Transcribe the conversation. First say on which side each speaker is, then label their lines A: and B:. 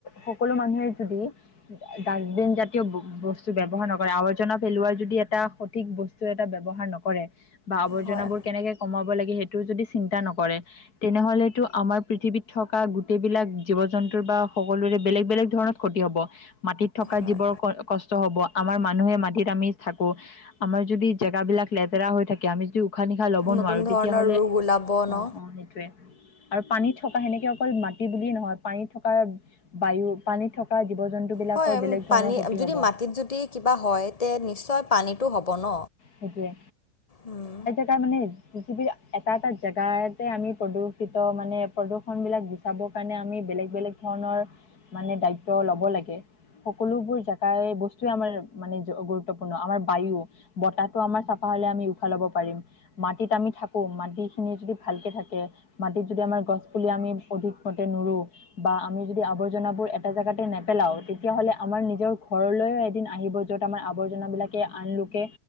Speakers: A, on the left; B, on the left.
A: সকলো মানুহে যদি ডা ডাষ্টবিন জাতীয় ব বস্তু ব্যৱহাৰ নকৰে আৱৰ্জনা পেলোৱাৰ যদি এটা সঠিক বস্তু এটা ব্যৱহাৰ নকৰে বা আৱৰ্জনাবোৰ
B: হয়,
A: কেনেকে কমাব লাগে সেইটো যদি চিন্তা নকৰে। তেনেহলেতো আমাৰ পৃথিৱীত থকা গোটেইবিলাক জীৱ জন্তুৰ বা সকলোৰে বেলেগ বেলেগ ধৰণৰ ক্ষতি হ'ব। মাটিত থকা
B: হয়।
A: জীৱৰ কষ্ট হ'ব, আমাৰ মানুহে মাটিত আমি থাকো আমাৰ যদি জেগাবিলাক লেতেৰা হৈ থাকে আমিতো উশাহ নিশাহ ল'ব নোৱাৰো
B: নতুন ধৰণৰ
A: তেতিয়াহ'লে।
B: ৰোগ ওলাব
A: অ
B: ন?
A: অ, সেইটোৱে। আৰু পানীত থকা সেনেকে অকল মাটি বুলিয়েই নহয় পানীত থকা বায়ু পানীত থকা জীৱ জন্তু বিলাকৰ
B: হয়
A: বেলেগ ধৰণৰ
B: পানী
A: ক্ষতি
B: যদি
A: হব
B: মাটিত যদি কিবা হয় তে নিশ্চয় পানীটো হ'ব ন'।
A: সেইটোৱে।
B: উম।
A: এতিয়া মানে পৃথিৱী এটা এটা জেগাতে আমি প্ৰদূষিত মানে প্ৰদূষণ বিলাক চাবৰ কাৰণে আমি বেলেগ বেলেগ ধৰণৰ মানে দায়িত্ব ল'ব লাগে। সকলোবোৰ জেগাই বস্তুৱেই আমাৰ মানে গুৰুত্বপূৰ্ণ আমাৰ বায়ু বতাহটো আমাৰ চাফা হ'লে আমি উশাহ ল'ব পাৰিম। মাটিত আমি থাকো, মাটি খিনি যদি ভালকে থাকে। মাটিত যদি আমাৰ গছ পুলি আমি অধিক মতে নুৰু। বা আমি যদি আৱৰ্জনাবোৰ এটা জেগাতে নেপেলাও তেতিয়াহ'লে আমাৰ নিজৰ ঘৰলৈও এদিন আহিব। য'ত আমাৰ আৱৰ্জনাবিলাকে আন লোকে